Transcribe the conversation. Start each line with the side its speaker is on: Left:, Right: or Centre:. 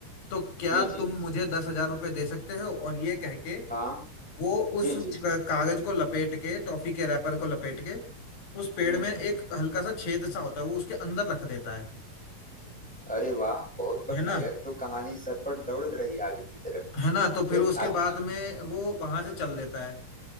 Left: तो क्या
Centre: जी जी
Left: तुम मुझे दस हजार रुपए दे सकते हो और ये कह के
Centre: हाँ
Left: वो उस
Centre: जी
Left: क-
Centre: जी जी
Left: कागज को लपेट के टॉफी के रैपर को लपेट के उस पेड़
Centre: हम्म
Left: में
Centre: हम्म
Left: एक हल्का सा छेद सा होता है वो उसके अंदर रख देता है
Centre: अरे वाह बहुत बढ़िया
Left: है ना
Centre: यह तो कहानी सरपट दौड़ रही आगे की तरफ
Left: है ना तो
Centre: फिर
Left: फिर उसके
Centre: आ,
Left: बाद में वो वहां से चल देता है